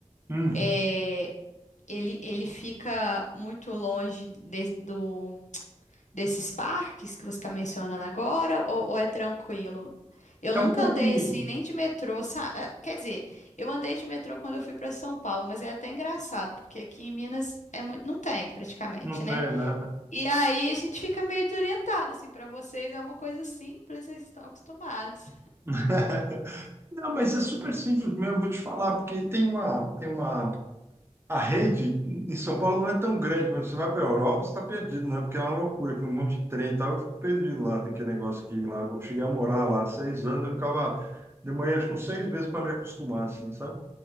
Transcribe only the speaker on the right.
Hum.
É
um pouquinho.
Não
tem, né?
É. <laughs> Não, mas é super simples mesmo, vou te falar, porque tem uma, tem uma A rede em São Paulo não é tão grande, mas você vai para a Europa, você está perdido, né? Porque é uma loucura, que um monte de trem e tal. Eu fico perdido lá, tem aquele negócio aqui lá. Eu cheguei a morar lá seis anos, eu ficava. Demorei acho que uns seis meses para me acostumar, assim, sabe?